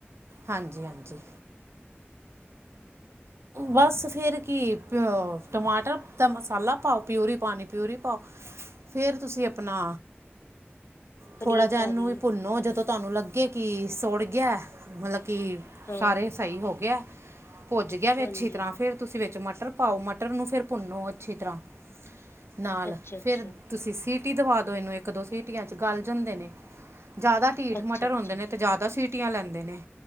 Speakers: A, on the right; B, on the left.
A: ਹਾਂਜੀ-ਹਾਂਜੀ। ਬਸ ਫਿਰ ਕੀ ਏ, ਟਮਾਟਰ ਦਾ ਮਸਾਲਾ ਪਾਓ ਪਿਊਰੀ ਪਾਣੀ ਪਿਊਰੀ ਪਾਓ, ਫਿਰ ਤੁਸੀਂ ਆਪਣਾ
B: ਪਨੀਰ
A: ਥੋੜ੍ਹਾ ਜਿਹਾ
B: ਪਾ
A: ਇਹਨੂੰ
B: ਦੀਏ
A: ਵੀ ਭੁੰਨੋ, ਜਦੋਂ ਤੁਹਾਨੂੰ ਲੱਗੇ ਕਿ ਸੁੜ ਗਿਆ, ਮਤਲਬ ਕਿ
B: ਹਾਂ
A: ਸਾਰੇ ਸਹੀ ਹੋ ਗਿਆ ਭੱਜ ਗਿਆ ਵੇ
B: ਹਾਂਜੀ
A: ਅੱਛੀ ਤਰ੍ਹਾਂ ਫਿਰ ਤੁਸੀਂ ਵਿੱਚ ਮਟਰ ਪਾਓ, ਮਟਰ ਨੂੰ ਫਿਰ ਭੁੰਨੋ ਅੱਛੀ ਤਰ੍ਹਾਂ ਨਾਲ
B: ਅੱਛਾ ਅੱਛਾ
A: ਫਿਰ ਤੁਸੀਂ ਸੀਟ ਟੀ ਦਵਾ ਦੋ, ਇਹਨੂੰ ਇੱਕ-ਦੋ ਸਟੀਆਂ'ਚ ਗਲ ਜਾਂਦੇ ਨੇ, ਜਿਆਦਾ ਢੀਠ
B: ਅੱਛਾ
A: ਮਟਰ
B: ਅੱਛਾ
A: ਹੁੰਦੇ ਨੇ ਤੇ ਜ਼ਿਆਦਾ ਸੀਟੀਆਂ ਲੈਂਦੇ ਨੇ।